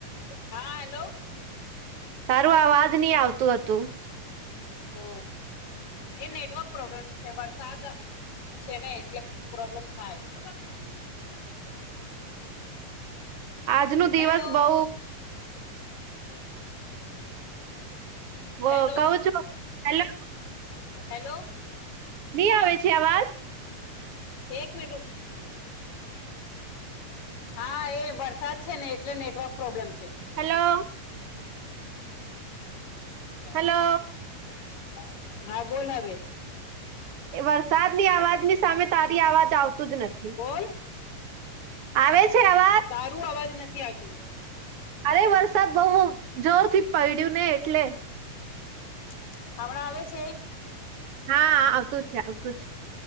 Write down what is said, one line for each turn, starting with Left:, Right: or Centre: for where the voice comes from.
Left: હા હેલો.
Right: તારું અવાજ નહી આવતું હતું.
Left: ઓ એ નેટવર્ક પ્રોબ્લેમ છે, વરસાદ. છે, ને એટલે પ્રોબ્લેમ <unintelligible>
Right: <inaudible> આજ <unintelligible> દિવસ
Left: હેલો
Right: બઉ. વ
Left: <inaudible> હેલો
Right: કહું છું હેલો
Left: હેલો.
Right: ની આવે છે, આવાજ.
Left: એક મિનિટ રુક હા એ વરસાદ છે, ને. એટલે નેટવર્ક <unintelligible>
Right: હેલો. હેલો
Left: <inaudible> હા બોલ હવે.
Right: એ વરસાદની અવાજની સામે તારી અવાજ આવતું જ નથી.
Left: બોલ
Right: આવે છે, આવે.
Left: તારું અવાજ નથી આવતું.
Right: અરે વરસાદ બહુ જોર થી પડ્યું ને એટલે.
Left: <unintelligible> આવે છે.
Right: હા આવતું છે આવતું છે